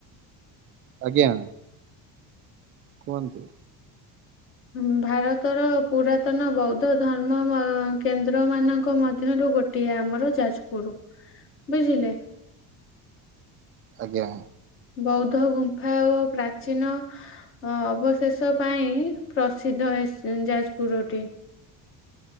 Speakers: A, on the right; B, on the left.
A: ଆଜ୍ଞା କୁହନ୍ତୁ।
B: ଉଁ ଭାରତର ପୁରାତନ ବୌଦ୍ଧ ଧର୍ମ ମ କେନ୍ଦ୍ର ମାନଙ୍କ ମଧ୍ୟରୁ ଗୋ ଗୋଟିଏ ଆମର ଯାଜପୁର ବୁଝିଲେ।
A: ଆଜ୍ଞା।
B: ବୌଦ୍ଧ ଗୁମ୍ଫା ଓ ପ୍ରାଚୀନ ଅ ଅବଶେଷ ପାଇଁ ପ୍ରସିଦ୍ଧ ଏ ସ ଯାଜପୁରଟି।